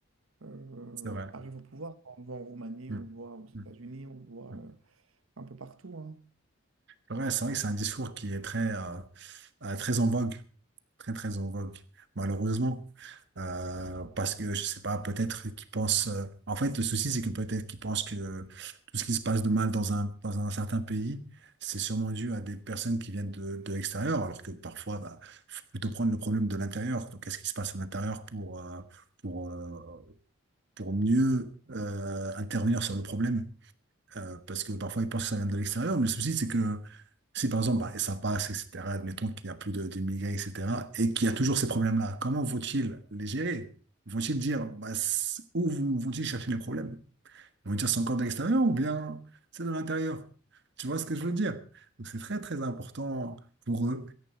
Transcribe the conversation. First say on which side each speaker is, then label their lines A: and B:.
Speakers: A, on the right; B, on the right.
A: euh,
B: c'est vrai.
A: arrive au pouvoir. On le voit en Roumanie,
B: Mm,
A: on le voit aux États-Unis,
B: mm,
A: on le voit
B: mm.
A: euh, un peu partout. hein.
B: Ouais, c'est vrai que c'est un discours qui est très, euh, euh, très en vogue, très, très en vogue, malheureusement. Euh, parce que, je sais pas, peut-être qu'ils pensent... euh, En fait, le souci, c'est que peut-être qu'ils pensent que tout ce qui se passe de mal dans un, dans un certain pays, c'est sûrement dû à des personnes qui viennent de, de l'extérieur, alors que parfois, bah, faut plutôt prendre le problème de l'intérieur. Donc, qu'est-ce qui se passe à l'intérieur pour, euh, pour, euh, pour mieux euh, intervenir sur le problème? euh, parce que parfois ils pensent que ça vient de l'extérieur, mais le souci c'est que si par exemple bah, ça passe, etc., admettons qu'il n'y a plus de- d'immigrés, etc., et qu'il y a toujours ces problèmes-là, comment vont-ils les gérer? Vont-ils dire bah, c- où vont- vont-ils chercher les problèmes? Ils vont dire c'est encore de l'extérieur ou bien c'est de l'intérieur? Tu vois ce que je veux dire? Donc c'est très très important pour eux